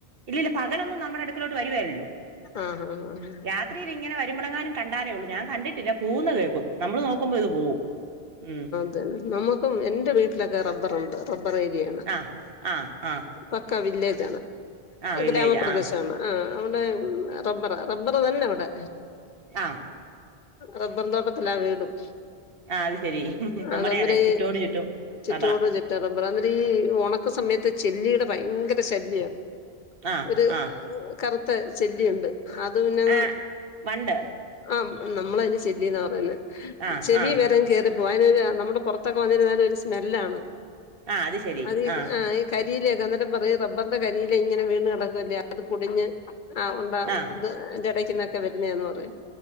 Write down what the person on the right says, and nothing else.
ഇല്ലില്ല പകലൊന്നും, നമ്മുടെ അടുക്കലോട്ട്, വരുവേലല്ലോ
രാത്രി ത്രിലിങ്ങനെ വരുമ്പളെങ്ങാനും, കണ്ടാലേഒള്ളൂ, ഞാൻ കണ്ടില്ല കൂവുന്ന കേക്കും, നമ്മള് നോക്കുമ്പോ, ഇത് പോവും ഉം.
ആ ആ ആ
ആ
വില്ലേജ്
ആ
ആഹ്.
ആ അത് ശരി
നമ്മുടെ അതെ ചുറ്റോട് ചുറ്റും
റബറാ
ആ
ആ
ആ വണ്ട്
ആ
ആ
ആ ശരി
ആ
ആ